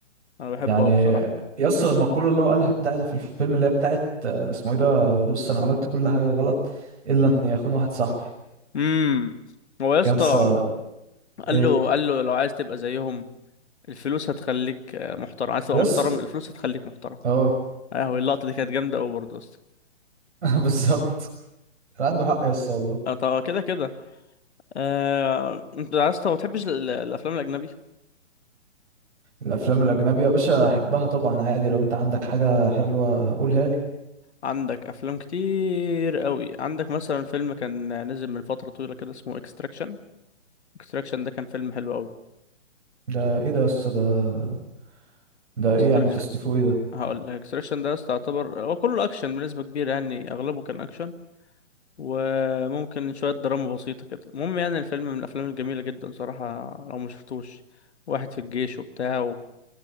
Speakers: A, on the left; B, on the right.
A: انا بحبه
B: يعني
A: قوي صراحه
B: يسا المقولة اللي هو قالها بتاعت في الفيلم اللي هي بتاعت آه، اسمه ايه ده بص انا عملت كل حاجة غلط الا ان يخون واحد صاحبي
A: امم هو يا اسطى
B: يسا ايه
A: قال له قال له لو عايز تبقى زيهم الفلوس هتخليك آه، محترم عايز تبقى
B: يسا
A: محترم الفلوس هتخليك محترم
B: اه
A: اهو اللقطه دي كانت جامده قوي برضه اصلا
B: <laughs> بالظبط كان عنده حق يسا والله
A: أه، طب كده كده آه، انت عايز طب ما بتحبش ال- الافلام الاجنبي
B: الافلام الاجنبية يا باشا احبها طبعا عادي لو انت عندك حاجة حلوة قولها لي
A: عندك افلام كتير قوي عندك مثلا فيلم كان نزل من فتره طويله كده اسمه اكستراكشن اكستراكشن ده كان فيلم حلو قوي
B: ده ايه ده يسا ده ده
A: اكستراكشن
B: ايه يعني تصنيفه ايه ده
A: هقول لك اكستراكشن ده أصلا يعتبر هو كله اكشن بنسبه كبيره يعني اغلبه كان اكشن وممكن شويه دراما بسيطه كده المهم يعني الفيلم من الافلام الجميله جدا صراحه لو ما شفتوش واحد في الجيش وبتاع